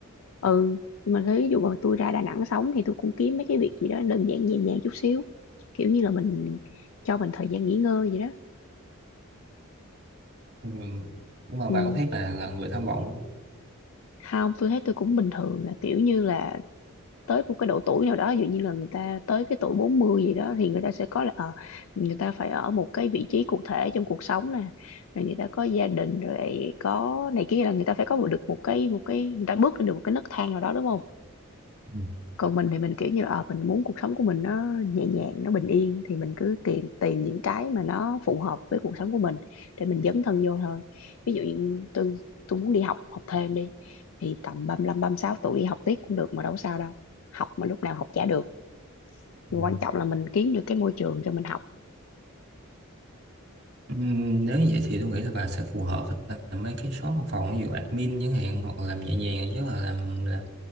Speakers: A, on the left; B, on the right.
A: ừ nhưng mà ví dụ mà tôi ra Đà Nẵng sống thì tôi cũng kiếm mấy cái việc gì đó đơn giản nhẹ nhàng chút xíu kiểu như là mình cho mình thời gian nghỉ ngơi vậy đó
B: Ừ. Nhưng mà
A: ừ.
B: bà có thấy bà là người tham vọng không?
A: không tôi thấy tôi cũng bình thường là kiểu như là tới một cái độ tuổi nào đó ví dụ như là người ta tới cái tuổi 40 gì đó thì người ta sẽ có là ờ, người ta phải ở một cái vị trí cụ thể trong cuộc sống nè rồi người ta có gia đình rồi có này kia là người ta phải có một được một cái một cái người ta bước lên được một cái nấc thang nào đó đúng không
B: Ừ.
A: còn mình thì mình kiểu như là ờ, mình muốn cuộc sống của mình nó nhẹ nhàng nó bình yên thì mình cứ tìm tìm những cái mà nó phù hợp với cuộc sống của mình để mình dấn thân vô thôi ví dụ như tôi tôi muốn đi học học thêm đi thì tầm 35 sáu tuổi đi học tiếp cũng được mà đâu có sao đâu học mà lúc nào học chả được quan
B: Ừ.
A: trọng là mình kiếm được cái môi trường cho mình học
B: Ừm, Nếu như vậy thì tôi nghĩ là bà sẽ phù hợp với lại mấy cái shop văn phòng ví dụ admin chẳng hạn hoặc làm nhẹ nhàng nhất là làm làm,